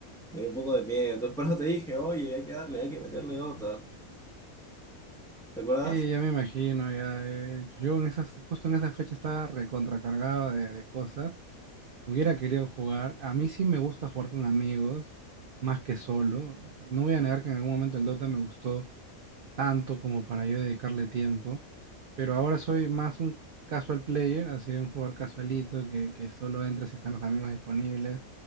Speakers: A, in the centre; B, on the right.
A: me dio un poco de miedo. Entonces por eso te dije, oye, hay que darle, hay que meterle otra. ¿Recuerdas?
B: Sí, ya me imagino, ya. eh, Yo en esas, justo en esa fecha estaba recontracargado de, de cosas. Hubiera querido jugar. A mí sí me gusta jugar con amigos, más que solo. O sea, no voy a negar que en algún momento el Dota me gustó tanto como para yo dedicarle tiempo, pero ahora soy más un casual player, así un jugador casualito que, que solo entra si están los amigos disponibles.